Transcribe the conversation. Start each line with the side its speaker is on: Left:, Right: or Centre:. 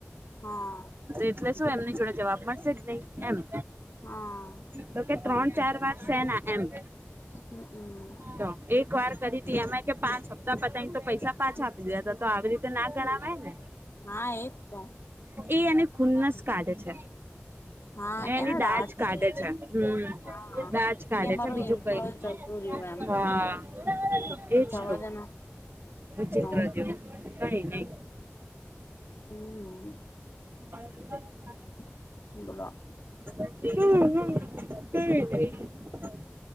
Left: હા
Right: એટલે શું એમની જોડે જવાબ મળશે જ નહી એમ,
Left: હા
Right: તો કે
Left: હા
Right: ત્રણ ચાર વાર સેના એમ,
Left: હમમ
Right: તો એક વાર કરી હતી એમે પાંચ હપ્તા પતાય તો પૈસા પાછા આપી હતા. તો આવી રીતે ના ગણવાય ને,
Left: હા એજ તો
Right: એ એને ખુન્નસ કાઢે છે.
Left: હા
Right: એની
Left: એને
Right: દાજ
Left: રાત
Right: કાઢે
Left: કે
Right: છે હ
Left: હા
Right: દાજ કાઢે
Left: કે અમારો
Right: છે બીજું
Left: એમ્પ્લોય
Right: કઈ,
Left: જતું રહ્યું એમ
Right: હા એજ
Left: જવા
Right: તો.
Left: દેને
Right: <unintelligible>
Left: તો
Right: કાંઈ નઈ.
Left: હમ.
Right: હા
Left: <unintelligible>
Right: <unintelligible> <unintelligible>